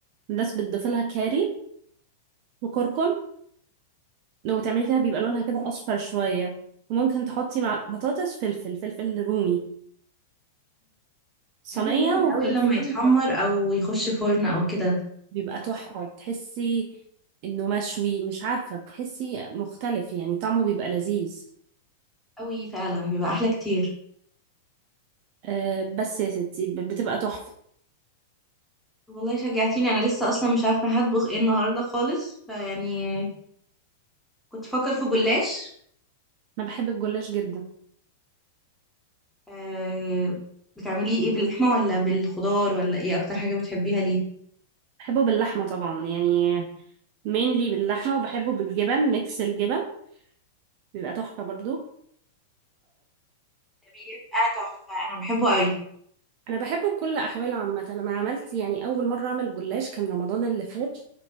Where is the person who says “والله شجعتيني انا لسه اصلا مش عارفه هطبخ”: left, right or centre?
Centre